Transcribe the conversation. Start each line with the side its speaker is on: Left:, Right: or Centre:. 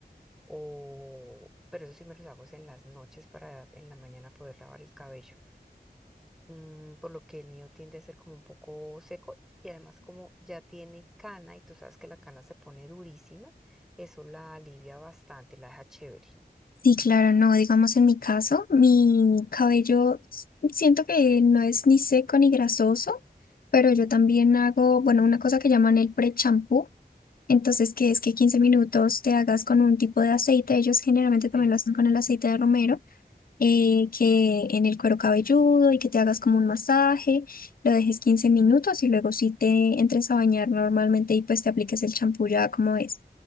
Centre: O, pero eso sí me los hago es en las noches para en la mañana poder lavar el cabello mm, por lo que el mío tiende a ser como un poco seco y además como ya tiene cana y tú sabes que la cana se pone durísima, eso la alivia bastante, la deja chévere.
Left: Sí, claro, no, digamos en mi caso, mi cabello s- siento que no es ni seco ni grasoso, pero yo también hago, bueno, una cosa que llaman el pre-champú, entonces que es que 15 minutos te hagas con un tipo de aceite, ellos generalmente también
Centre: Sí.
Left: lo hacen con el aceite de romero, eh, que en el cuero cabelludo y que te hagas como un masaje, lo dejes 15 minutos y luego si te entres a bañar normalmente y pues te apliques el champú ya como es.